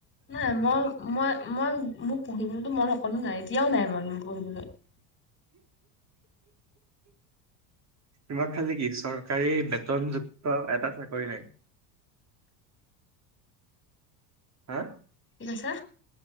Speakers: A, on the left; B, on the right.
A: নাই মই মই মই মোক পঢ়িবলৈতো মন অকণো নাই এতিয়াও নাই মন। বহু দিল।
B: ইমাক খালি কি চৰকাৰী বেতনযুক্ত এটা চাকৰি নাই। হা?
A: কছা।